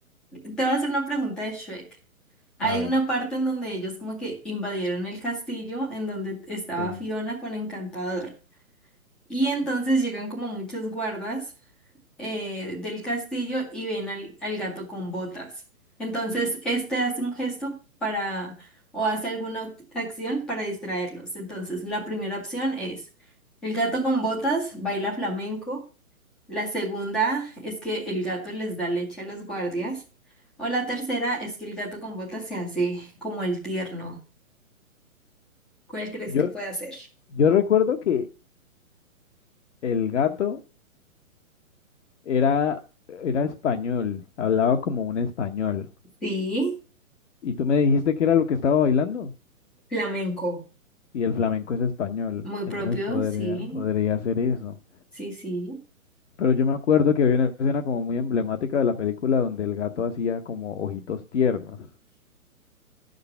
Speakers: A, in the centre; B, on the left.
A: Te voy a hacer una pregunta de Shrek. Hay
B: A ver.
A: una parte en donde ellos como que invadieron el castillo en donde estaba
B: Sí.
A: Fiona con Encantador. Y entonces llegan como muchos guardas eh, del castillo y ven al, al gato con botas. Entonces, este hace un gesto para o hace alguna act- acción para distraerlos. Entonces, la primera opción es, el gato con botas baila flamenco, la segunda es que el gato les da leche a los guardias. O la tercera es que el gato con botas se hace como el tierno. ¿Cuál crees
B: Yo,
A: que puede hacer?
B: yo recuerdo que el gato era, era español, hablaba como un español.
A: Sí,
B: Y tú me dijiste que era lo que estaba bailando.
A: Flamenco.
B: Y el flamenco es español.
A: muy
B: Entonces
A: propio,
B: podría,
A: sí,
B: podría ser eso.
A: sí, sí.
B: Pero yo me acuerdo que había una escena como muy emblemática de la película donde el gato hacía como ojitos tiernos.